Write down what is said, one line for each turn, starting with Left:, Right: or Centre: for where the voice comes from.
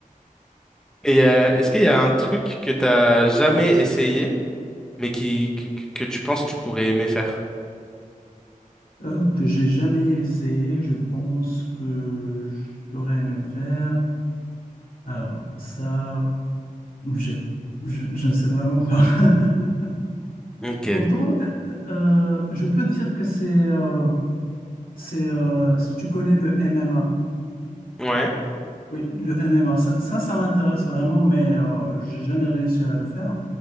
Centre: Et euh, est-ce qu'il y a un truc que t'as jamais essayé, mais qui que, que- que tu penses que tu pourrais aimer faire?
Left: Euh, que j'ai jamais essayé, je pense que j'aurais aimé faire. Alors, ça, j'ai- je, je ne sais vraiment pas. <laughs>
Centre: Ok.
Left: Pourtant, euh, euh, je peux te dire que c'est, euh, c'est, euh, si tu connais le MMA.
Centre: Ouais.
Left: Oui, le MMA, ça, ça, ça m'intéresse vraiment, mais euh, j'ai jamais réussi à le faire